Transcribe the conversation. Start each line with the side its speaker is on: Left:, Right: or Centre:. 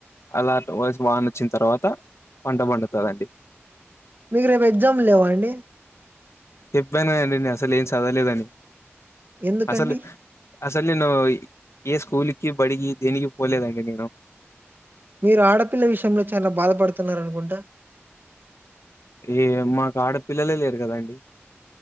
Left: అలా వయసు వాన్ వచ్చిన తర్వాత పంట పండుతుందండి
Right: మీకు రేపు ఎగ్జామ్ లేవా అండి
Left: చెప్పాననండి అసలు ఏం చదవలేదని
Right: ఎందుకండి
Left: అసలు అసలు నేను ఏ స్కూల్కి బడికి దేనికి పోలేదండి నేను
Right: మీరు ఆడపిల్ల విషయంలో చాలా బాధపడుతున్నారనుకుంటా
Left: ఏ మాకు ఆడపిల్లలే లేరు కదాండి